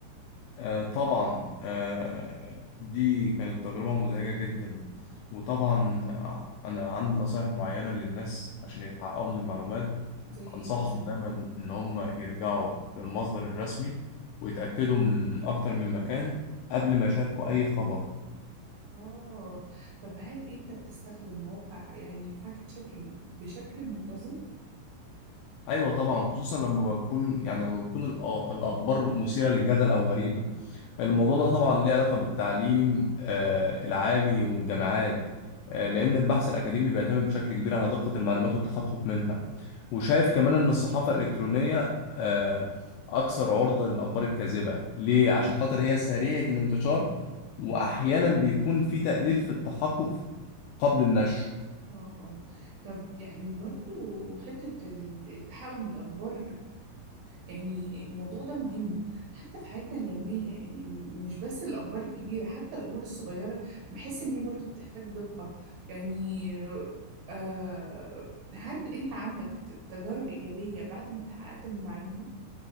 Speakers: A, on the left; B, on the right.
A: آه، طبعا آه، دي كانت تجربة مزعجة جدا وطبعا آه، أنا عندي نصائح معينة للناس عشان يتحققوا من المعلومات
B: زي إيه
A: أنصحهم
B: مثلا؟
A: دايما إن هم يرجعوا للمصدر الرسمي ويتأكدوا من أكتر من مكان قبل ما يشاركوا أي خبر
B: آه طب هل أنت بتستخدم مواقع يعني فاكت تشيكينج بشكل منتظم؟
A: أيوة طبعا خصوصا لما بكون يعني لما بكون الأ- الأخبار مثيرة للجدل أو غريبة الموضوع ده طبعا ليه علاقة بالتعليم آه، العالي والجامعات آه، لأن البحث الأكاديمي بيعتمد بشكل كبير على دقة المعلومات والتحقق منها وشايف كمان إن الصحافة الإلكترونية آه، أكثر عرضة للأخبار الكاذبة ليه؟ عشان خاطر هي سريعة الانتشار وأحيانا بيكون في تقليل في التحقق قبل النشر
B: اه اه طب يعني برضو حتة ال- التحقق من الأخبار يعني الموضوع ده مهم حتى في حياتنا اليومية يعني م- مش بس الأخبار الكبيرة حتى الأمور الصغيرة بحس إن هي برضو بتحتاج دقة يعني آه هل أنت عندك ت- تجارب إيجابية بعد ما اتحققت من المعلومة؟